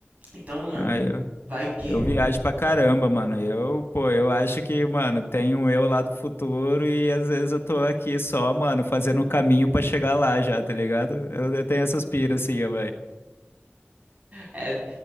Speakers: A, on the right; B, on the left.
A: Então, mano,
B: Ah, eu,
A: vai que.
B: eu viajo pra caramba, mano. Eu, pô, eu acho que, mano, tem um eu lá do futuro e às vezes eu tô aqui só, mano, fazendo o caminho pra chegar lá já, tá ligado? Eu, eu tenho essas piras assim, ó,
A: É,